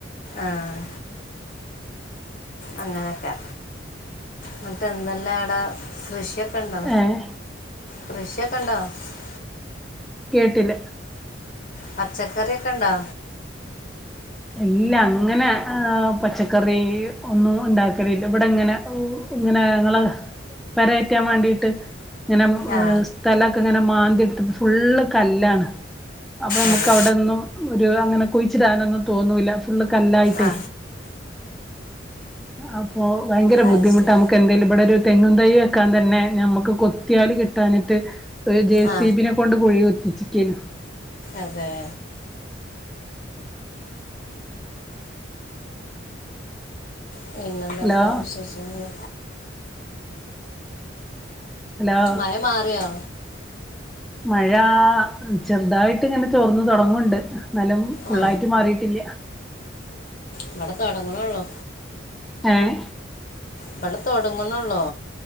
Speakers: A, on the left; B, in the centre.
A: ആഹ് അങ്ങനെയൊക്കെ ന്നിട്ട് എന്തല്ലാ അടെ കൃഷിയൊ കണ്ടോ
B: ഏഹ്
A: കൃഷി <unintelligible>
B: കേട്ടില
A: പച്ചക്കറി ഒക്കെ ഉണ്ടോ
B: ഇല്ല അങ്ങനെ ആ പച്ചക്കറി ഒന്നും ഉണ്ടാക്കലില്ല ഇവിടെ ഇങ്ങനെ ഇങ്ങനെ ങ്ങള് പെരയറ്റാൻ വേണ്ടിട്ട് ഇങ്ങനെ
A: ആ
B: സ്ഥലമൊക്കെ ഇങ്ങനെ മ <unintelligible> ഫുള്ള് കല്ലാണ് അപ്പൊ നമുക്ക്
A: അതെ
B: അവിടെന്നും ഒരു അങ്ങനെ കുഴിച്ചിടാനൊന്നും തോന്നൂല്ല ഫുള്ള് കല്ലായിട്ടേ
A: ആ
B: അപ്പൊ ഭയങ്കര
A: അത്
B: ബുദ്ധിമുട്ട്
A: ശരി
B: നമുക്ക് എന്തേലും ഇവിടെ ഒരു തെങ്ങും തൈ വെക്കാൻ തന്നെ ഞമ്മുക്ക് കൊത്തിയാല് കിട്ടാനിട്ട് ഒരു ജേ
A: ആ
B: സീ ബിനെ കൊണ്ട് കുഴി കുത്തിച്ച് കേനു
A: അതേ പിന്നന്തെല്ലാം
B: ഹലോ
A: വിശേഷങ്ങള്
B: ഹലോ
A: മഴ മാറിയോ
B: മഴ ചെറുതായിട്ട് ഇങ്ങനെ തോർന്ന് തുടങ്ങുന്നുണ്ട് നല്ലം ഫുള്ളായിട്ട്
A: ആ
B: മാറിയിട്ടില്ല
A: ഇവിടെ തൊടങ്ങണൊള്ളൂ
B: ഏഹ്
A: ഇവിടെ തോടങ്ങണള്ളോ